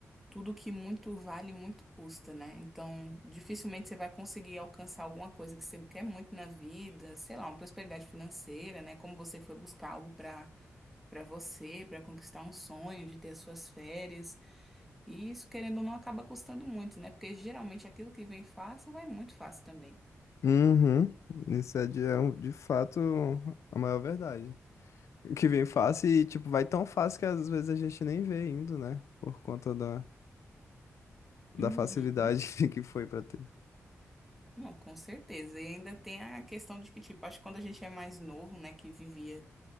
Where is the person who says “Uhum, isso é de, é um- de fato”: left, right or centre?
Left